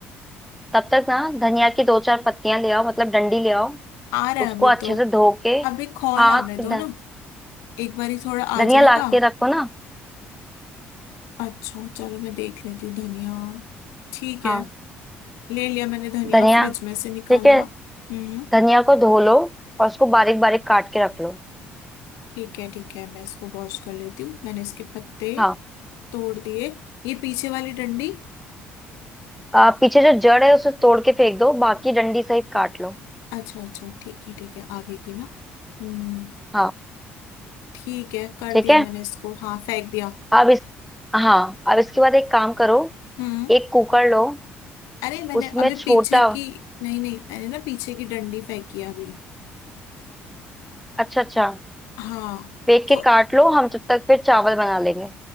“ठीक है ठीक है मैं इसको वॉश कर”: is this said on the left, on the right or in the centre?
Left